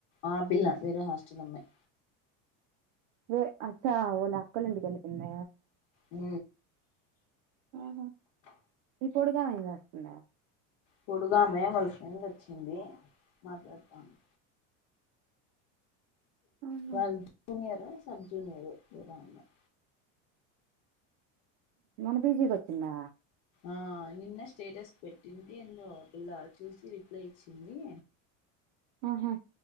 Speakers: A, on the left (about 60°); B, on the right (about 50°).
A: ఆ పిల్ల వేరే హాస్టల్ అమ్మాయి
B: వే అక్క వల అక్కొల్లయింటికి వెళ్ళిపోయింద
A: ఊ
B: ఊహు ఇప్పుడుగాని గట్ల
A: పోడుగమే వాళ్ళ ఫ్రెండ్ ఓచ్చింది మాట్లాడతంది
B: అవునా
A: వాల్ల జూనియర్ సబ్జునియర్ ఎవరో అమ్మాయి
B: మన పీజీకి వచ్చిందా
A: ఆ నిన్న స్టేటస్ పెట్టింది ఎందొ పిల్ల చూసి రిప్లై ఇచ్చింది.
B: ఆహా